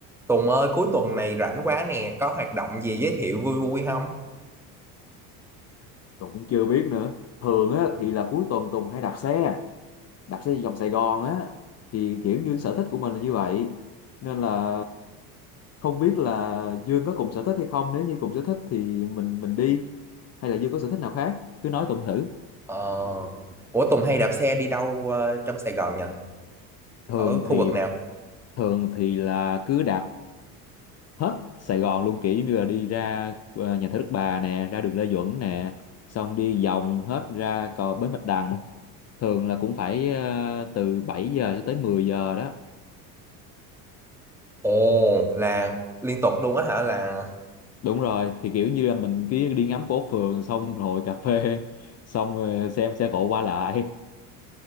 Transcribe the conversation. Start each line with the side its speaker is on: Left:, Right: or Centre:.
Centre: Tùng ơi, cuối tuần này rảnh quá nè, có hoạt động gì giới thiệu vui vui không?
Left: Tùng cũng chưa biết nữa thường á thì là cuối tuần Tùng hay đạp xe đạp xe vòng Sài Gòn á thì kiểu như sở thích của mình là như vậy nên là không biết là Dương có cùng sở thích hay không nếu như cùng sở thích thì mình mình đi hay là Dương có sở thích nào khác cứ nói Tùng thử
Centre: Ờ, ủa Tùng hay đạp xe đi đâu ờ, trong Sài Gòn nhỉ?
Left: thường
Centre: Ở khu
Left: thì
Centre: vực nào?
Left: thường thì là cứ đạp hết Sài Gòn luôn kiểu như là đi ra ờ, nhà thờ Đức Bà nè ra đường Lê Duẩn nè xong đi vòng hết ra cầu Bến Bạch Đằng thường là cũng phải ờ, từ 7 giờ cho tới 10 giờ đó
Centre: Ồ, là liên tục luôn á hả? Là
Left: đúng rồi thì kiểu như là mình cứ đi ngắm phố phường xong ngồi cà phê xong ờ, xem xe cộ qua lại